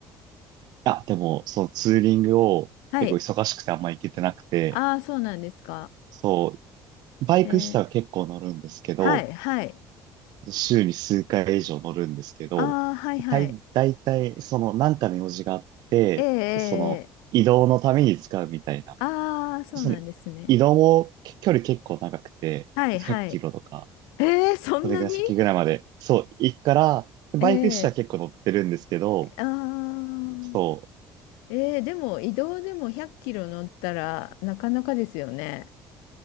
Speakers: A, on the right (about 65°); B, on the left (about 75°).
A: あ、でも、そのツーリングを結構忙しくてあんま行けてなくて、
B: はい。ああ、そうなんですか。
A: そう、バイク自体は結構乗るんですけど、
B: えー、はい、はい。
A: 週に数回以上乗るんですけど、
B: ああ、はい、はい。
A: たい、大体、その、なんかの用事があって、
B: ええええ
A: その、移動のために使うみたいな。
B: ああー、そうなんですね。
A: その、移動も距離結構長くて、
B: はい、はい。
A: 100キロとか、
B: えー、そんなに
A: それが先ぐらいまで、そう、行くから、バイク車は結構乗ってるんですけど、
B: ええああ、
A: そう、
B: えー、でも移動でも100キロ乗ったらなかなかですよね。